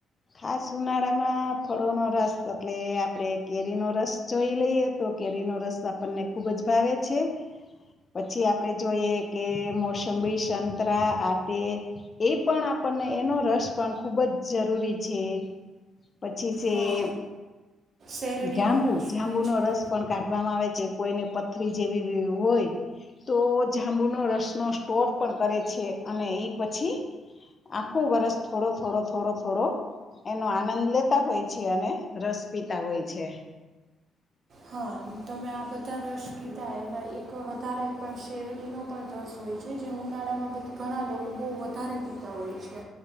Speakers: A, on the left (about 35°); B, on the right (about 55°).
A: ખાસ ઉનાળામાં ફળોનોો રસ એટલે આપણે કેરીનોો રસ જોઈ લઈએ તો કેરીનોો રસ આપણને ખુબ જ ભાવે છે પછી આપડે જોઈએ કે મોસંબી સંતરા આટે એ પણ આપણને એનો રસ પણ ખુબ જ જરૂરી છે પ પછી
B: હા શેરડીનો
A: જાંબુ
B: રસ
A: જાંબુનો
B: હોય છે
A: રસ પણ કાઢવામાં આવે છે કોઈને પથરી જેવી હોય તો જાંબુનો રસ નો સ્ટોર પણ કરે છે અને એ પછી આખું વરસ થોડો થોડો થોડો થોડો એનો આનંદ લેતા હોય છે અને રસ પીતા હોય છે
B: હા તમે આ બધા રસ કીધા એમાં એક વધારે પણ શેરડીનો પણ રસ હોય છે જે ઉનાળામાં બ ઘણા લોકો બહુ વધારે પીતા હોય છે